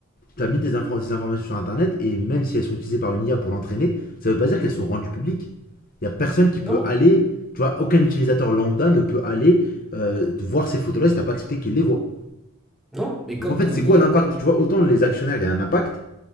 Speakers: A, on the left; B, in the centre.
A: tu as mis des, infor- des informations sur Internet et même si elles sont utilisées par une IA pour l'entraîner, ça ne veut pas dire qu'elles sont rendues publiques. Il n'y a personne qui peut
B: Non,
A: aller, tu vois, aucun utilisateur lambda ne peut aller euh, voir ces photos-là si tu n'as pas accepté qu'il les voit.
B: non, mais
A: Donc
B: comme
A: en fait,
B: ton
A: c'est quoi
B: i-
A: l'impact
B: comme
A: Tu vois, autant les actionnaires, il y a un impact,